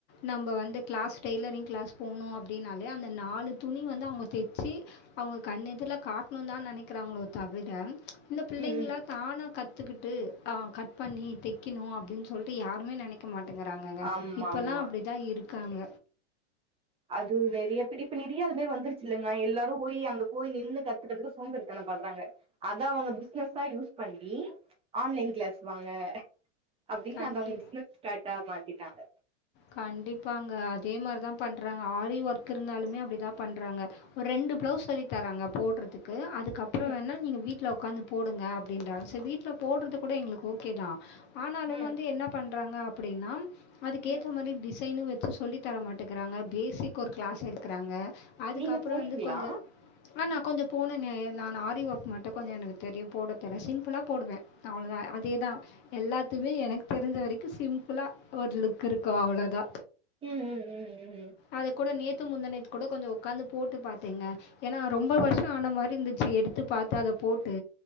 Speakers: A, on the left (about 30°); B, on the right (about 15°).
A: நம்ப வந்து கிளாஸ் டெய்லரிங் கிளாஸ் போணு அப்டின்னாலே அந்த நாலு துணி வந்து அவுங்க தெச்சு அவுங்க கண்ணு எதிருல காட்ணு தா நெனைக்கிறாங்களோ தவிர இந்த பிள்ளைங்களா
B: ம் ம்
A: தானா கத்துக்கிட்டு ஆ க பண்ணி தைக்கணு அப்டின் சொல்ட்டு யாருமே நெனைக்க மாட்டேங்கறாங்கங்க
B: ஆமா
A: இப்பெல்லா
B: ஆமா
A: அப்டிதா இருக் காங்க
B: அது நெறைய பேர் இப்ப நெறையா அது மாரி வந்துருச்சு இல்லங்கா எல்லாரு போய் அங்க போய் நின்னு கத்துக்கறதுக்கு சோம்பேறித்தனம் படுறாங்க அத அவங்க பிசினஸ்ஸா யூஸ் பண்ணி ஆன்லைன் கிளாஸ் வாங்க அப்டின்னு
A: கண்டிப்
B: அத அவுங்க பிசினஸ்ஸேட்டா மாத்திடாங்க
A: கண்டிப்பாங்க அதே மாரிதா பண்றாங்க ஆரி ஒர்க் இருந்தாலுமே அப்டிதா பண்றாங்க ஒரு ரெண்டு பிளவுஸ் சொல்லி தராங்க போடுறதுக்கு அதுக் கப்புறோ
B: ம்
A: வேணா நீங்க வீட்ல உக்காந்து போடுங்க அப்டின்றாங்க சரி வீட்ல போடுறது கூட எங்களுக் ஓகே தா ஆ னாலுமே
B: ம்
A: வந்து என்ன பண்றாங்க அப்டின்னா அதுக்கேத்த
B: ம்
A: மாரி டிஸ் டிசைன்னு வச்சு சொல்லித் தர மாட்டுக்கிறாங்க பேசிக் ஒரு கிளாஸ் எடுக்குறாங்க அதுக்கப்புறோ
B: நீங்க போனீங்களா
A: வந்து கொஞ்ச ஆனா நா கொஞ்ச போனேங்க என் நா நா ஆரி வொர்க் மட்டு கொஞ்ச எனக்கு தெரியு போட தெரியு சிம்பிளா போடுவே அவ்ளோ தா அதே தா எல்லா த்துமே எனக்கு தெரிஞ்ச வரைக்கு சிம்பிளா ஒரு லுக்கு இருக்கு அவ்ளோ தா
B: ம் ம் ம் ம் ம்
A: அது கூட நேத்து முந்தணேத்து கூட கொஞ்ச உக்காந்து போட்டு பாத்தேங்க ஏனா ரொம்ப வருஷோ ஆன மாரி இருந்துச்சு எடுத்து பாத்து அத போட்டு